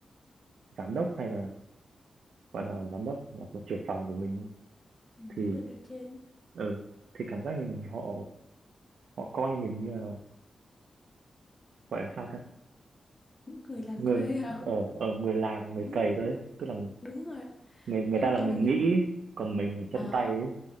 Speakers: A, on the right; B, on the left.
A: giám đốc hay là gọi là giám đốc hoặc là trưởng phòng của mình
B: ừ,
A: thì
B: những người ở trên,
A: ừ thì cảm giác như là họ họ coi mình như là gọi là sao ta
B: những người làm
A: người
B: thuê hả?
A: ở ở người làm người
B: Đúng,
A: cày thôi ấy. tức là
B: đúng rồi.
A: người người
B: Không
A: ta là
B: có
A: người
B: mình.
A: nghĩ
B: gì.
A: còn mình là chân
B: Ờ,
A: tay ấy